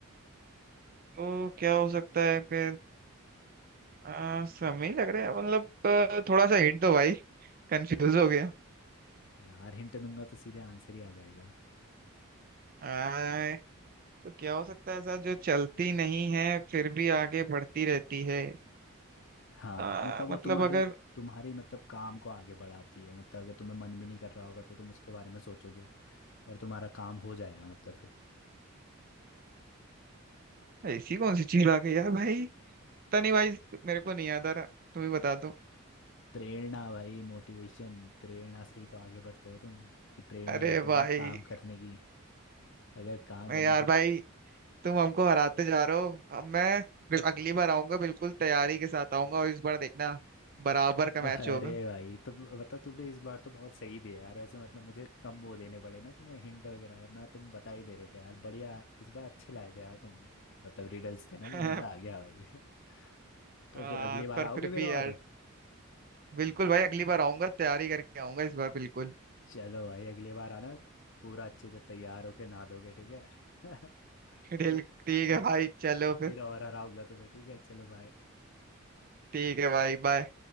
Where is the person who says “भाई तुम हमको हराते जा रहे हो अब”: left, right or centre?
Right